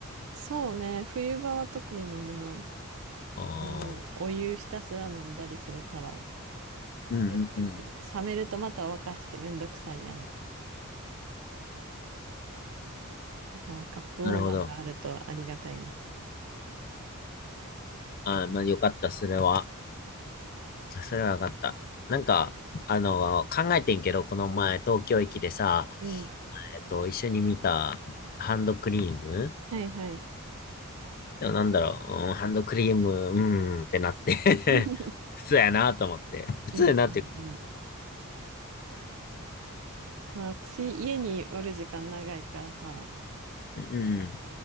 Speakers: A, on the right (about 65°); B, on the left (about 40°).
A: そうね、冬場は特に飲むな。
B: ああ
A: もう、お湯ひたすら飲んだりするから、そういう時、
B: うんうんうん。
A: 冷めるとまた沸かしてめんどくさいやん。だからカップウォーマーがあるとありがたいね。
B: なるほど。ああ、まあよかった、それは。あそれは分かった。なんか、あの、考えてんけど、この前、東京駅でさ、
A: うん。
B: えっと、一緒に見たハンドクリーム
A: はいはい。
B: でもなんだろう、うん、ハンドクリーム、うーんってなって
A: <laughs>
B: <laughs> 普通やなと思って。普通やなって、
A: うんうんうん。まあ、私、家におる時間長いからさ、
B: うん、